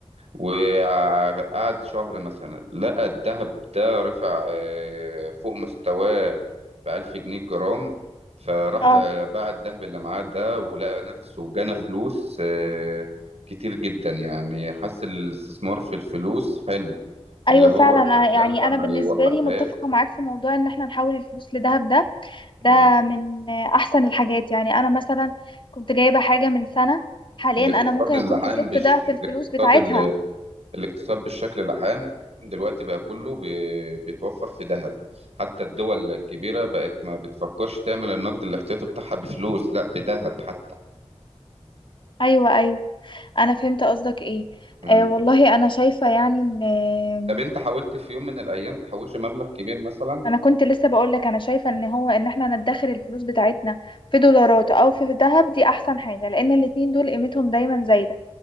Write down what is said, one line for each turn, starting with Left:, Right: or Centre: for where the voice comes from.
Right: وقعد شهر مثلا لقى الذهب ده رفع آه، فوق مستواه بألف جنيه الجرام فراح
Left: اه
Right: باع الذهب اللي معاه ده ولقى نفسه جنى فلوس آه، كتير جدا يعني حس الاستثمار في الفلوس حلو
Left: ايوه
Right: اللي هو
Left: فعلا
Right: يشغلها
Left: أنا- يعني انا
Right: ما
Left: بالنسبه
Right: يوقفهاش
Left: لي متفقه معاك في موضوع ان احنا نحول الفلوس لذهب ده ده
Right: مم.
Left: من احسن الحاجات يعني انا مثلا كنت جايبه حاجه من سنه حاليا
Right: الاقتصاد
Left: انا ممكن اكون
Right: العام
Left: كسبت
Right: بش...
Left: ضعف
Right: الاقتصاد
Left: الفلوس بتاعتها
Right: الاقتصاد بالشكل العام دلوقتي بقى كله بي- بيتوفر في ذهب حتى الدول الكبيرة بقت ما بتفكرش تعمل النقد الاحتياطي بتاعها بفلوس لا بذهب حتى
Left: ايوه ايوه انا فهمت قصدك ايه
Right: مم.
Left: آه والله انا شايفه يعني ان آه،
Right: طب انت حاولت في يوم من الأيام تحوش مبلغ كبير مثلا
Left: انا كنت لسه بقول لك انا شايفه ان هو ان احنا ندخر الفلوس بتاعتنا في دولارات او في ذهب دي احسن حاجه لان الاتنين دول قيمتهم دايما زايده